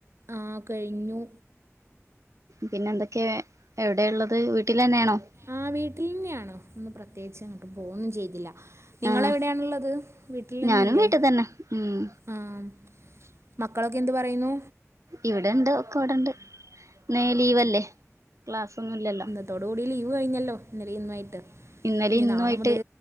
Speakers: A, on the right (about 60°); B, on the right (about 80°).
A: ആഹ് കഴിഞ്ഞു
B: പിന്നെ എന്തൊക്കെ എവിടെള്ളത് വീട്ടില ന്നെയാണോ?
A: ആഹ് വീട്ടിൽ തന്നെയാണ ഇന്ന് പ്രത്യേകിച്ച് എങ്ങോട്ട് പോവൊന്നും ചെയ്തില്ല നിങ്ങളെവിടെയാണുള്ളത്.
B: ആഹ്
A: വീട്ടിൽന്നെല്ലേ
B: ഞാനും വീട്ടി തന്നെ ഉം
A: ആഹ് മക്കളൊക്കെ എന്ത് പറയുന്നു
B: ഇവിടെ ഇണ്ട് ഒക്കെ അവിടെണ്ട് ന്ന് ലീവല്ലേ ക്ലാസ്സൊന്നുംല്ലല്ലോ.
A: ഇതോട് കൂടി ലീവ് കഴിഞ്ഞല്ലോ ഇന്നലേം ഇന്നുമായിട്ട്
B: ഇന്നലിം
A: ഇനി നാളെ
B: ഇന്നു ആയിട്ട്
A: മുതൽ